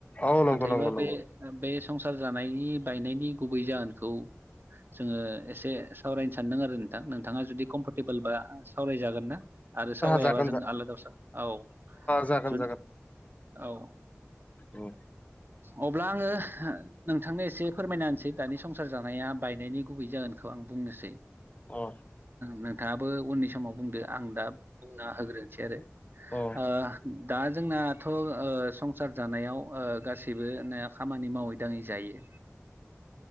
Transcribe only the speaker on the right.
नाथायबा
बे बे संसार जानायनि बायनायनि गुबै जाहोनखौ जोङो एसे सावरायनो सानदों आरो नोंथां नोंथाङा जुदि कम्फरटेबोल बा सावरायजागोन ना? आरो सावरायाबा
जों
आलादा औ
जुदि औ
अब्ला आङो नोंथांनो एसे फोरमायना होनसै दानि संसार जानाया बायनायनि गुबै जागोनखौ आं बुंनोसै।
नोंथाङाबो उननि समाव बुंदो आं दा बुंना होग्रोनोसै आरो।
ओ दा जोंनाथ' संसार जानायाव गासैबो नाया खामानि मावै दाङै जायो।